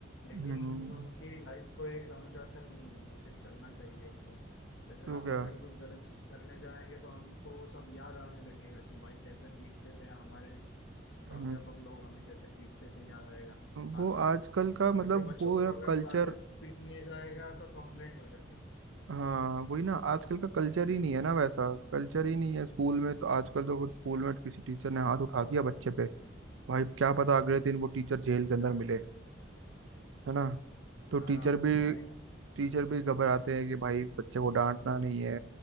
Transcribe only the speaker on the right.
हम्म,
तो
क्या
हम्म,
वो आजकल का मतलब
वो
कल्चर
हाँ वही ना आजकल का कल्चर
ही नहीं है ना वैसा कल्चर ही नहीं है स्कूल में तो आजकल तो अगर स्कूल में किसी टीचर ने हाथ उठा दिया बच्चे पे भाई क्या पता अगले दिन वो टीचर जेल
के अंदर मिले
है ना तो टीचर
भी
टीचर भी घबराते हैं कि भाई बच्चे को डांटना नहीं है